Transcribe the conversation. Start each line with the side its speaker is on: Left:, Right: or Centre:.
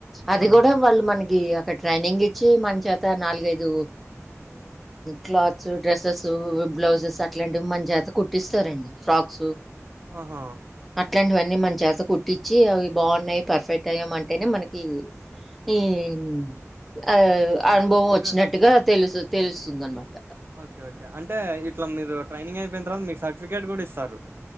Centre: అది
Right: ఆహా
Centre: కూడా వాళ్ళు మనకి అక్కడ ట్రైనింగ్ ఇచ్చి మన చేత నాలుగైదు క్లాత్స్ డ్రెస్సెస్ బ్లౌజెస్ అట్లాంటివి మంచి చేత కుట్టిస్తారండి ఫ్రాక్స్
Right: ఆహా
Centre: అట్లాంటివన్నీ మన చేత కుట్టించి అవి బాగున్నాయి పర్ఫెక్ట్ అయ్యామ అంటేనే మనకి ఈ ఉ ఆ
Right: ఇట్లా
Centre: అనుభవం
Right: అంటే
Centre: వచ్చినట్టుగా తెలుసు తెలుస్తుందన్నమాట
Right: ఓకే ఓకే అంటే ఇట్లా మీరు ట్రైనింగ్ అయిపోయిన తర్వాత మీకు సర్టిఫికేట్ కూడా ఇస్తారు